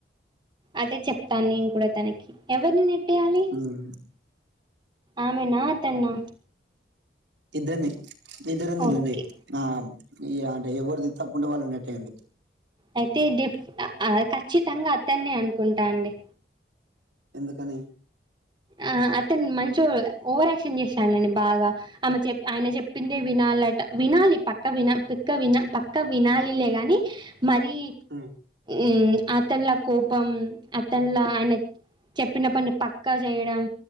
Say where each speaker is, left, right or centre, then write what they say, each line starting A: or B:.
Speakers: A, on the right (about 25°); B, on the right (about 80°).
A: అదే చెప్తాను నేను కూడ తనకి ఎవరిని నెట్టేయాలి
B: ఉమ్
A: ఆమె నా అతన్నా
B: ఇద్దర్ న్ ఇద్దరెందుకులేండి
A: ఓకే
B: ఆమ్ ఇయ్య అంటే ఎవరిది తప్పుంటే వాళ్ళు నెట్టేయండి.
A: అయితే డిప్ ఖచ్చితంగా అతన్ని అనుకుంటా అండి
B: ఎందుకని
A: ఆ అతను మంచి ఓవరాక్షన్ చేశానని, బాగా ఆమె చెప్ప ఆయన చెప్పిందే వినాలట. వినాలి పక్క విన పక్క విన పక్క వినాలిలే గాని మరీ
B: హ్మ్.
A: ఉమ్ అతనుల కోపం అతనులా ఆయనకి చెప్పిన పని పక్ క్క చేయడం